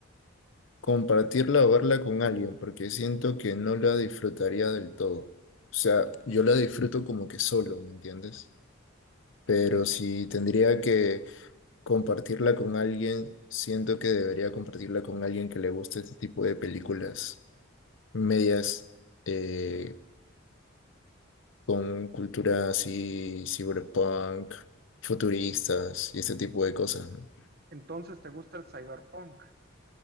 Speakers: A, on the left (about 65°); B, on the right (about 45°).
A: compartirla o verla con alguien, porque siento que no la disfrutaría del todo. O sea, yo la disfruto como que solo, ¿me entiendes? Pero si tendría que compartirla con alguien, siento que debería compartirla con alguien que le guste este tipo de películas medias eh, con cultura así, cyberpunk, futuristas y este tipo de cosas, ¿no?
B: Entonces, ¿te gusta el cyberpunk?